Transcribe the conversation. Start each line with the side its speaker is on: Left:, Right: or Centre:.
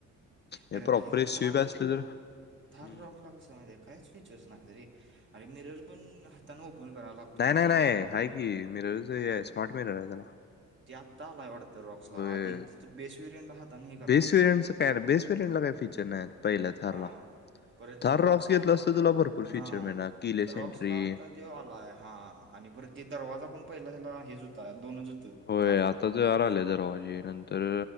Left: हे
Right: अरे
Left: प्रॉपर
Right: अर घरी
Left: हे स्वीप
Right: थार
Left: असली तर हम्म.
Right: थार रॉक ला कसय माहितीय लागत्या रे आणि मिरज पण हातानं ओपन करायला लागतोय
Left: नाही
Right: ते
Left: नाही
Right: यायला
Left: नाही आहे
Right: म्हणा
Left: की मिररच स्मार्ट मिरर आहे त्याला
Right: ते आता आलाय वाढत तर रॉक्स
Left: होय.
Right: ला आधी बेस वरियंट लां हातानं हे कराय
Left: बेस
Right: लागतय
Left: वेरियंटचं काय नाही, बेस वेरियंटला काय फीचर नाहीत पहिल्या थारला.
Right: हा पर
Left: थार
Right: रॉक्स ला
Left: घेतलं
Right: आता
Left: असतं
Right: ते
Left: तुला भरपूर फीचर
Right: हा
Left: मिळणार किलेस
Right: रॉक्स
Left: एंट्री
Right: ला आता ते आलाय हा आणि परत ते दरवाजा पण पहिला हेच होत दोनच होतं
Left: होय
Right: थारला
Left: आता त यार आले दरवाजे नंतर